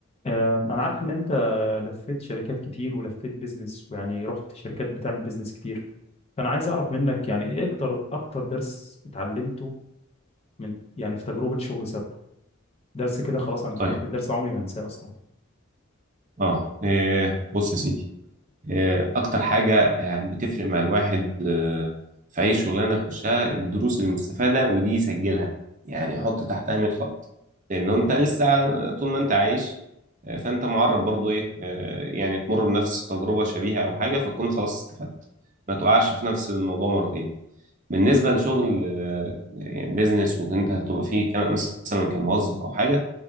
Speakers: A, on the left; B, on the right.
A: أم، أنا عارف إن أنت لفيت شركات كتير ولفيت بيزنس ويعني رحت شركات بتعمل بيزنس كتير فأنا عايز أعرف منك يعني إيه أكتر أكتر درس اتعلمته من يعني في تجربة شغل سابقة درس كده خلاص أنا اتعلمت
B: طيب
A: الدرس ده عمري ما هنساه أصلا
B: اه إيه، بص يا سيدي إيه، اكتر حاجه آه، بتفرق مع الواحد آه، في اي شغلانه يخشها الدروس المستفاده ودي يسجلها يعني يحط تحتها 100 خط لانه انت لسه ع- طول ما انت عايش آه، فانت معرض برضو ايه آه، يعني تمر بنفس تجربه شبيهه او حاجه فتكون خلاص استفدت ما تقعش في نفس الموضوع مرتين بالنسبه لشغل آه، بيزنس وانت هتبقى فيه كمان مثلا كموظف او حاجه